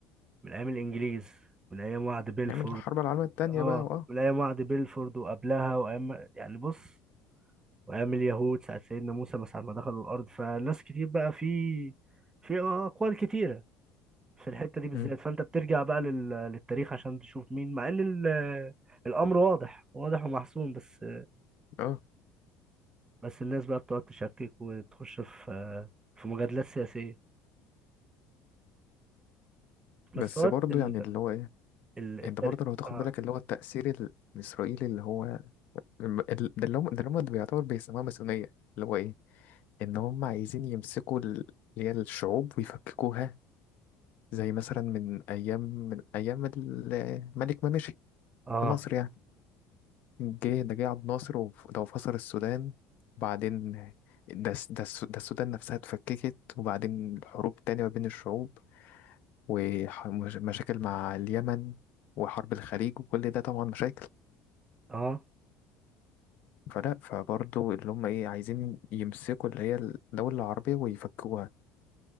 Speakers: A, on the right; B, on the left.
A: من ايام الانجليز من ايام وعد بيلفورد
B: نعمل الحرب العالمية التانية
A: اه
B: بقى واه
A: من ايام وعد بيلفورد وقبلها وايام يعني بص وايام اليهود ساعة سيدنا موسى ما ساعة ما دخلوا الارض فناس كتير بقى في في اقوال كتيرة في الحتة دي بالذات
B: مم.
A: فانت بترجع بقى لل... للتاريخ عشان تشوف مين مع ان ال... الامر واضح واضح ومحسوم بس
B: اه
A: بس الناس بقى بتقعد تشكك وتخش في في مجادلات سياسية بس
B: بس
A: هو
B: برضه
A: ال...
B: يعني اللي هو ايه
A: ال... التر...
B: انت برضه لو تاخد
A: اه
B: بالك اللي هو التأثير ال- الإسرائيلي اللي هو الم- ال- ده اللي هم ده اللي هم بيعتبر بيسموها ماسونية اللي هو إيه؟ إن هم عايزين يمسكوا ال- اللي هي الشعوب ويفككوها زي مثلا من أيام من أيام ال- الملك ما مشي
A: اه
B: في مصر يعني جه ده جه عبد الناصر وف- ده فصل السودان وبعدين ده الس- ده الس- ده السودان نفسها اتفككت وبعدين الحروب تانية ما بين الشعوب ومشاكل مع اليمن وحرب الخليج وكل ده طبعا مشاكل
A: اه
B: فلا فبرضه اللي هم ايه عايزين يمسكوا اللي هي الدولة العربية ويفكوها